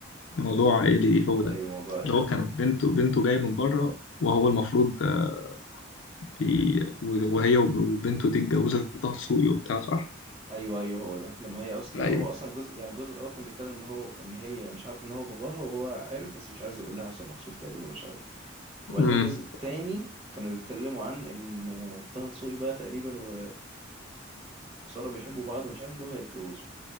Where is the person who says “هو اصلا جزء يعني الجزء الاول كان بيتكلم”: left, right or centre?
Right